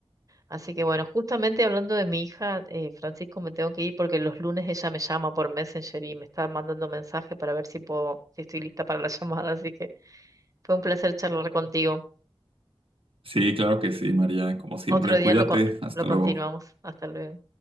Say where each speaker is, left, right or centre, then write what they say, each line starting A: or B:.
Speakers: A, on the right (about 35°); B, on the right (about 65°).
A: Así que bueno, justamente hablando de mi hija, eh, Francisco, me tengo que ir porque los lunes ella me llama por Messenger y me está mandando mensaje para ver si puedo, si estoy lista para la <laughs> llamada. Así que fue un placer charlar contigo.
B: Sí, claro que sí, María. Como siempre,
A: Otro día
B: cuídate.
A: lo, con-
B: Hasta
A: lo continuamos.
B: luego.
A: Hasta luego.